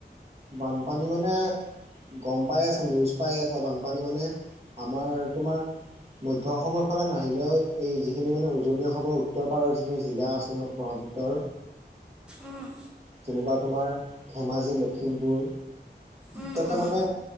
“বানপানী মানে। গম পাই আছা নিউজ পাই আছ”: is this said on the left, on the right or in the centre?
Right